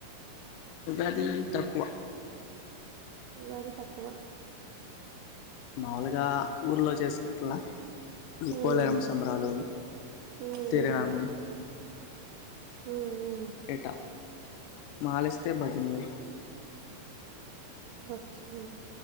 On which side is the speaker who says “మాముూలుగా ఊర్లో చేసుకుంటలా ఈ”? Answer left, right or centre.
Left